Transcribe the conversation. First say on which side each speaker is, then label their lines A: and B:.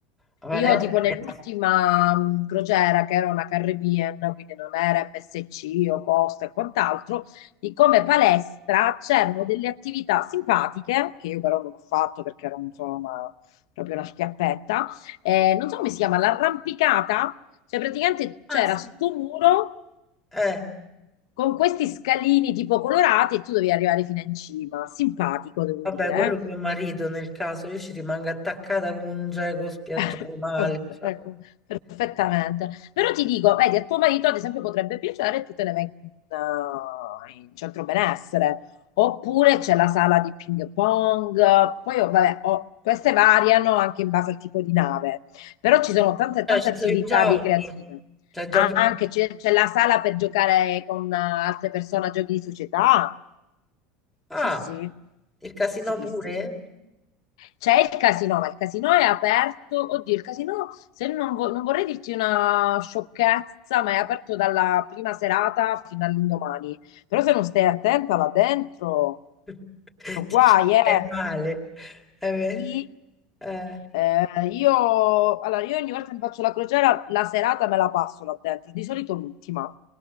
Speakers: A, in the centre; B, on the left.
A: la palestra...
B: Io tipo nell'ultima mh, crociera che era una Caribbean, quindi non era MSC o Costa e quant'altro, di come palestra c'erano delle attività simpatiche, che io però non ho fatto perché ero insomma proprio una schiappetta, eh, non so come si chiama, l'arrampicata, cioè praticamente
A: Ah,
B: c'era
A: sì.
B: sto muro
A: Eh,
B: con questi scalini tipo colorati e tu dovevi arrivare fino in cima, simpatico devo
A: vabbè,
B: dire,
A: quello mio marito nel caso, io ci rimango attaccata come un geco spiaggiato
B: eh. <laughs>
A: male.
B: Per-
A: Cioè,
B: Ecco, Esattamente. Però ti dico, vedi, a tuo marito ad esempio potrebbe piacere e tu te ne vai in, eh, in centro benessere, oppure c'è la sala di ping pong, poi oh, vabbè, oh, queste variano anche in base al tipo di nave, però ci sono tante
A: Cioè,
B: tante
A: ci
B: attività
A: sono i giochi,
B: ricreative.
A: cioè giochi...
B: Anche c'è c'è la sala per giocare con eh, altre persone a giochi di società.
A: Ah,
B: Sì, sì,
A: il casino
B: sì,
A: pure?
B: sì, c'è il casino, ma il casino è aperto. Oddio, il casino, se non, vo- non vorrei dirti una sciocchezza, ma è aperto dalla prima serata fino all'indomani. Però se non stai attenta là dentro,
A: <laughs>
B: sono
A: Ti
B: guai,
A: ci
B: eh.
A: fai male. Eh,
B: Sì,
A: beh, eh.
B: eh, io, allora, io ogni volta che mi faccio la crociera, la serata me la passo là dentro, di solito l'ultima.